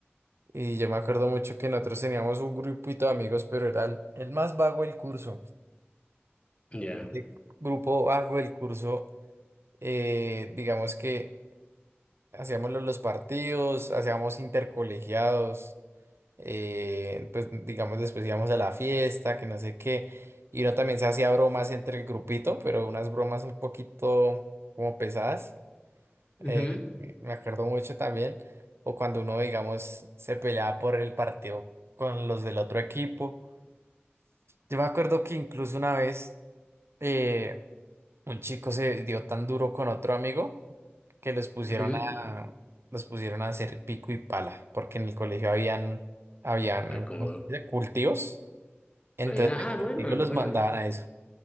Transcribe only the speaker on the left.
ya.
Ujú,
ujú.
Ah, Como,
ah, ya, ah,
bueno,
ah,
bueno.